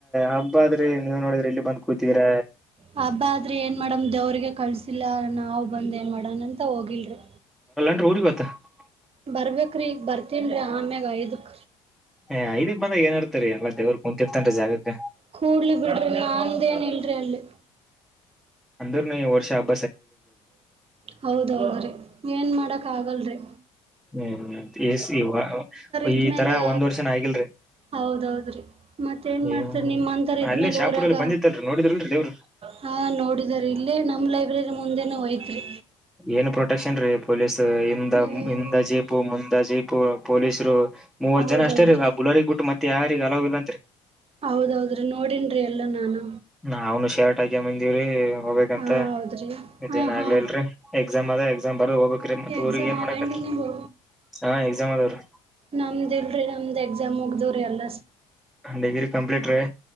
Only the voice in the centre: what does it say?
ಹಬ್ಬ ಆದ್ರಿ ನೀವ್ ನೋಡಿದ್ರಿ ಇಲ್ಲಿ ಬಂದ್ ಕೂತಿ ರ.
<unintelligible>
ಏ ಐದಕ್ ಬಂದಾಗ ಏನ್ ಇರ್ತರಿ ಎಲ್ಲಾ ದೇವ್ರ ಕುಂತಿರ್ತನ್ರಿ ಜಾಗಕ್ಕ
ಅಂದ್ರುನು ಈ ವರ್ಷ ಹ
ಹ್ಮ್ <unintelligible>
ಈ ತರಾ ಒಂದ್ ವರ್ಷನ ಆಗಿಲ್ರಿ.
ಹ್ಮ್
ಅಲ್ಲೇ ಶಾಪುರಲ್ಲಿ
ಬಂದಿತ್ತಲ್ರಿ ನೋಡಿದ್ರಲ್ರಿ ದೇವ್ರ
ಏನ್ ಪ್ರೊಟೆಕ್ಷನ್ ರೀ ಪೊಲೀಸ್ ಹಿಂದ
ಹಿಂದ ಜೀಪು ಮುಂದ ಜೀಪು ಪೊಲೀಸರು. ಮೂವತ್
ಜನ ಅಷ್ಟೇ ರೀ ಆ ಬುಲರಿಗ್ ಗುಟ್ಟು ಮತ್ತತ್ ಯಾರಗ ಅಲ ಇಲ್ಲಂರಿ.
ನ್ನು ಶರ್ಟ್ ಆಗ್ಯ ಬಂದಿವ್ರಿ. ಹೋಗ್ಬೇಕಂತ
ಇದೇನ
ಆಗ್ಲಿ ಇಲ್ರರಿ ಎಕ್ಸಾಮ್ ಅದ. ಬರದ ಹೋಗ್ಬೇಕ್ರೀ ಮತ್ತ
ಊರ್ಗ್ ಏನ್
ಮಾಡಕತ್ರಿ.
ಹಾ ಎಕ್ಸಾಮ್ ಅದಾವ್ರಿ
ಡಿಗ್ರಿ ಕಂಪ್ಲೀಟ್ ರೀ.